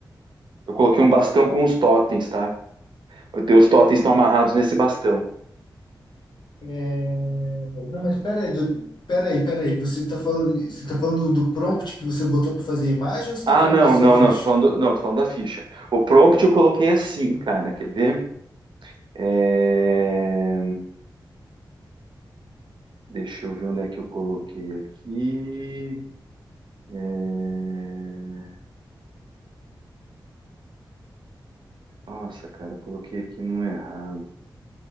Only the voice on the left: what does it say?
É, Não, mas pera aí, do, pera aí, pera aí. Você tá falando, você tá falando do prompt que você botou para fazer a imagem ou você tá
falando
da sua
ficha?